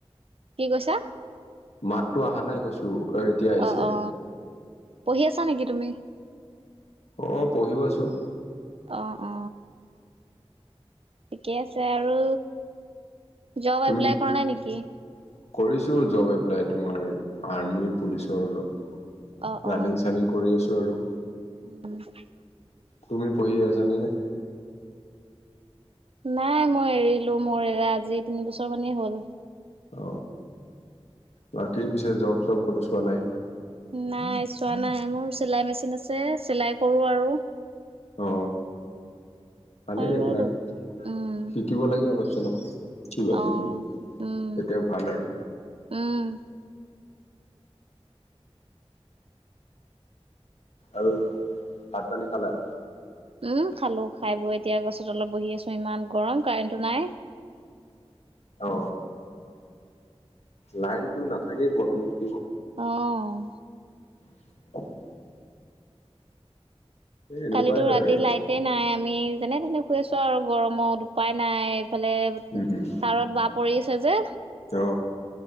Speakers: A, on the right; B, on the left.
A: কি কৈছা?
B: মাততো অহা নাই কৈছো এ এতিয়া আহিছে।
A: অ অ পঢ়ি আছা নেকি তুমি?
B: আহ পঢ়িও আছো।
A: অ অ ঠিকে আছে আৰু জব
B: তুমি
A: এপ্লাই কৰা নাই নেকি?
B: কৰিছো জব এপ্লাই তোমাৰ আৰ্মি পুলিচৰ অলপ।
A: অ অ
B: ৰানিং চানিং কৰি আছো আৰু।
A: <inaudible>
B: তুমি পঢ়ি আছ নে নাই?
A: নাই মই এৰিলো মোৰ এৰা আজি তিন বছৰ মানেই হল।
B: অ বাকী পিছে জব চব ক'তো চোৱা নাই?
A: নাই চোৱা নাই মোৰ চিলাই মেচিন আছে চিলাই কৰো আৰু
B: অ ভালেই
A: আৰু
B: এইবিলাক
A: উম
B: শিকিব লাগে অলপ অলপ কিবা কিবি
A: অ উম
B: এতিয়া ভাল আৰু
A: উম
B: আৰু ভাত পানী খালা।
A: উম খালো খাই বৈ এতিয়া গছত অলপ বহি আছো ইমান গৰম কাৰেণ্টটো নাই?
B: অ লাইনতটো নাথাকে গৰমতে
A: অঁহ
B: <unintelligible> এই এনেকুৱাই
A: কালিতো
B: হয়
A: ৰাতি
B: আৰু
A: লাইট নাই? আমি যেনেতেনে শুই আছো আৰু গৰমত উপাই নাই এইফালে
B: উম উম
A: তাৰত বা পৰি আছে যে
B: অ